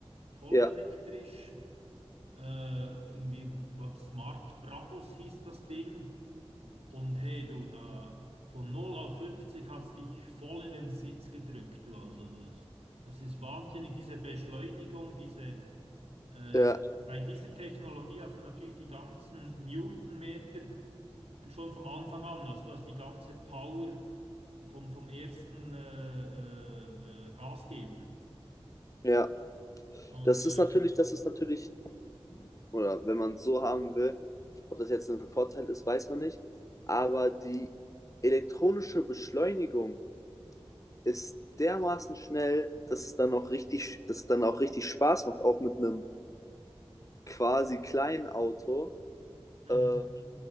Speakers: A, on the right; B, on the left.
A: voll
B: ja,
A: elektrisch. Äh, irgendwie, ich glaube, Smart Brabus hieß das Ding. Und hey, du, da von null auf 50 hat's dich voll in den Sitz gedrückt, du. Also das, das ist wahnsinnig, diese Beschleunigung, diese. Äh,
B: ja,
A: bei dieser Technologie hast du natürlich die ganzen Newtonmeter schon vom Anfang an. Also du hast die ganze Power vom, vom ersten äh, äh, äh, Gas geben.
B: ja.
A: Und
B: Das
A: äh,
B: ist natürlich, das ist natürlich, oder wenn man es so haben will, ob das jetzt ein Vorteil ist, weiß man nicht. Aber die elektronische Beschleunigung ist dermaßen schnell, dass es dann auch richtig, dass es dann auch richtig Spaß macht, auch mit einem quasi kleinen Auto
A: mhm,
B: äh,